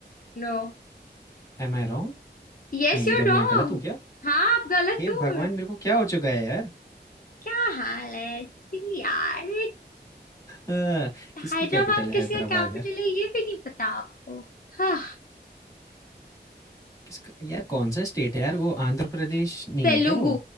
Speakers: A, on the left (about 50°); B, on the left (about 20°).
A: No
B: Am I wrong
A: Yes
B: नहीं मतलब
A: you are wrong
B: मैं गलत हूँ क्या
A: हाँ आप गलत
B: हे
A: हो
B: भगवान मेरे को क्या हो चुका है यार
A: क्या हाल है जी यार
B: आ, किसकी
A: हैदराबाद
B: कैपिटल है
A: किसका
B: हैदराबाद
A: कैपिटल
B: यार
A: है ये भी नहीं पता आपको हाँ
B: किसका यार कौन सा स्टेट है यार वो आंध्र प्रदेश नहीं
A: तेलुगु
B: है क्या वो